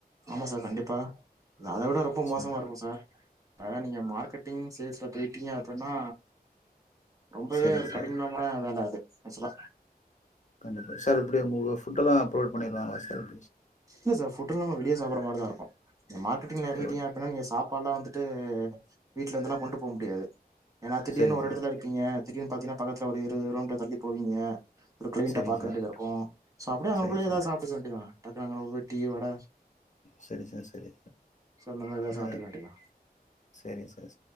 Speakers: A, on the right; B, on the left.
A: ஆமா சார் கண்டிப்பா அத விட ரொம்ப
B: சேரி
A: மோசமா இருக்கு சார் டா நீங்க மார்கெட்டிங் சேல்ஸ்ல கெட்டியாப்பன் ன்னா ரொம்பவே
B: சரிங்க
A: ஒரு
B: சார்
A: கடினமான வேல அது ஏக்சுவலா
B: கண்டிப்பா சார் எப்டி உங்களுக்கு ஃபுட்டெல்லா <unintelligible> பண்ணிடுவாங்களா சார் எப்டி
A: இல்ல சார் ஃபுட் எல்லா நம்ம வெளிய சாப்புடுற மாரிதா இருக்கு இந்த மார்கெட்டிங்ல
B: எப்டி
A: எறங்கிட்டிங்க அப்டினா நீங்க சாப்பாடுலா வந்துட்டு அ வீட்ல இருந்தெல்லா கொண்ட்டு போக முடியாது ஏன்னா திடீர்னு
B: சரிங்க
A: ஒரு எடத்துல
B: சார்
A: இருப்பீங்க தீடீர்னு பாத்தீங்கன்னா பக்கத்துல ஒரு இருவது கிலோமீட்டர் தள்ளி போவீங்க ஒரு கிளைண்ட்ட
B: சரிங்க
A: பாக்க
B: சார்
A: வேண்டியதா இருக்கு சோ அப்டியே அங்கனக்குள்ளயே
B: சரிங்க சார்
A: எதாவது சாப்டுக்க வேண்டிதா நாங்க <unintelligible> டீ வட
B: சரி சார் சரி
A: சோ இந்த மாரி எதாவது
B: ஆ
A: சாப்டுக்க வேண்டிதா
B: சரிங்க சார்